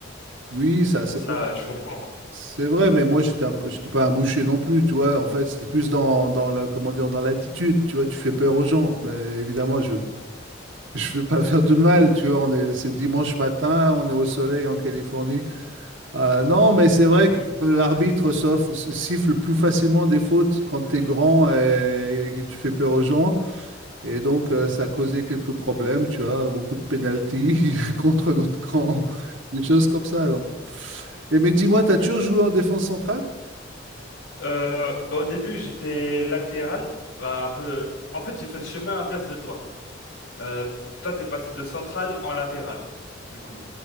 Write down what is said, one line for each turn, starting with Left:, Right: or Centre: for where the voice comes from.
Right: Oui, ça, c'est
Left: Et ça, je comprends.
Right: C'est vrai, mais moi, j'étais un peu- j'étais pas un boucher non plus, tu vois. En fait, c'était plus dans, dans le, comment dire, dans l'attitude, tu vois. Tu fais peur aux gens. Mais évidemment, je veux, pas- <laughs> je veux pas faire de mal, tu vois. On est, c'est dimanche matin, on est au soleil en Californie. Euh, non, mais c'est vrai
Left: Mhm.
Right: que l'arbitre sauf- siffle plus facilement des fautes quand tu es grand et, et que tu fais peur aux gens. Et donc, euh, ça a causé quelques problèmes, tu vois. Beaucoup de pénalties <laughs> contre notre camp, des choses comme ça. Donc. Et mais dis-moi, t'as toujours joué en défense centrale?
Left: Euh, bah, au début, j'étais latéral, bah, un peu. En fait, j'ai fait le chemin inverse de toi. Euh, toi, t'es passé de central en latéral, du coup.